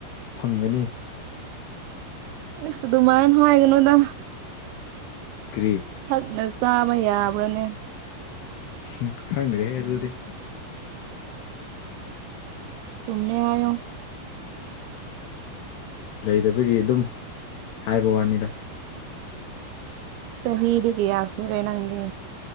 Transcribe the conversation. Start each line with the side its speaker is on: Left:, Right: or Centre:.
Left: ꯐꯪꯒꯅꯤ꯫
Right: ꯏꯁ ꯗꯨꯃꯥꯏꯅ ꯍꯥꯏꯒꯅꯨꯗ꯫
Left: ꯀ꯭ꯔꯤ
Right: ꯁꯛꯅ ꯆꯥꯕ ꯌꯥꯕ꯭ꯔꯥꯅꯦ꯫
Left: ꯎꯝ ꯈꯪꯗ꯭ꯔꯦꯍꯦ ꯑꯗꯨꯗꯤ꯫
Right: ꯆꯨꯝꯃꯦ ꯍꯥꯏꯌꫭ꯫
Left: ꯂꯩꯗꯕꯒꯤ ꯑꯗꯨꯝ ꯍꯥꯏꯕ ꯋꯥꯅꯤꯗ꯫
Right: ꯆꯍꯤꯗꯤ ꯀꯌꯥ ꯁꯨꯔꯦ ꯅꯪꯗꯤ꯫